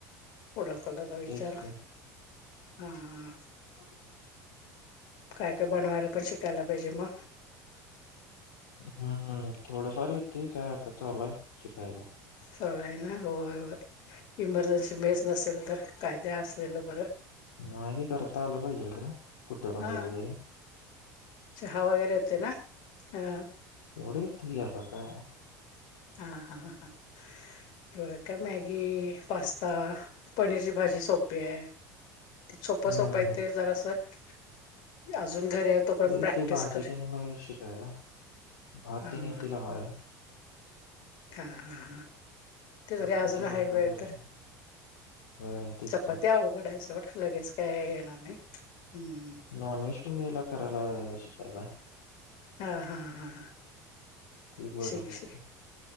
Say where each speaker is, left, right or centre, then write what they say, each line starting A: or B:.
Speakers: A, on the left; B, on the left.
A: कुडाकलर विचार
B: तेच की
A: हां ह
B: <unintelligible>
A: काय काय बनवायला पण शिकायला पाहिजे मग
B: हम्म थोडफार येते काय आता चालूय शिकायचं.
A: चालु हाय ना होय होय. इमर्जन्सी मेस नसेल तर काय तरी असलेलं बरं.
B: नाही करता आलं पाहिजे खरं. कुठं पण
A: हा
B: गेलं तरी
A: चहा वगैरे येतोय ना हा
B: तेवढ येतंय की आता काय.
A: हा हा हा हा. होय काय मॅगी, पास्ता, पनीरची भाजी सोपी आहे. सोपं
B: हम्म
A: सोपं आहे ते जरास अज अजून घरी आहे तो पर्यंत
B: ते
A: प्रॅक्टिस
B: ते भाजी
A: कर,
B: तेन वगैरे शिकायला भात
A: हं
B: तेन येते लावायला
A: हा हा हा ते
B: चपाती
A: जरी अजून आहे
B: पण
A: वेळ
B: काय करता
A: तर
B: होय तेच
A: चपाती
B: की
A: अवघड हाय सोड लगेच काय येणार नाही. हम्म
B: नॉन व्हेज पहिला करायला शिकायचंय.
A: हा हा हा हा
B: ते बरं
A: शिक
B: पडते
A: शिक.